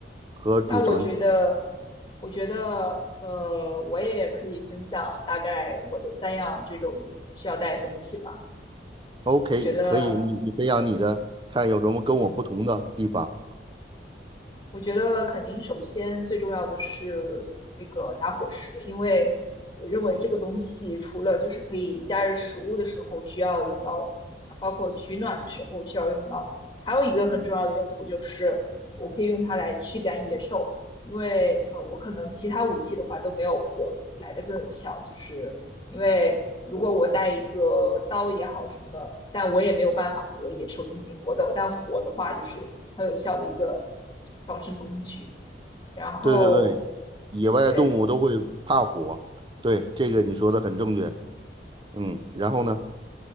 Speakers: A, on the right (about 25°); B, on the left (about 25°).
A: 和储存。
B: 那我觉得，我觉得，呃，我也可以分享大概我的三样这种需要带的东西吧。
A: OK，
B: 我觉得
A: 你可以，你你培养你的，看有什么跟我不同的地方。
B: 我觉我觉得肯定首先最重要的是那个打火石，因为我认为这个东西除了就是可以加热食物的时候需要用到，包括取暖的时候需要用到，还有一个很重要的用途就是我可以用它来驱赶野兽，因为呃我可能其他武器的话都没有火来的更有效，就是因为如果我带一个刀也好什么的，但我也没有办法和野兽进行搏斗，但火的话就是很有效的一个防身工具。然后，
A: 对对对，野外动物都会怕火，
B: 对，
A: 对，这个你说的很正确。
B: 嗯，
A: 嗯，然后呢？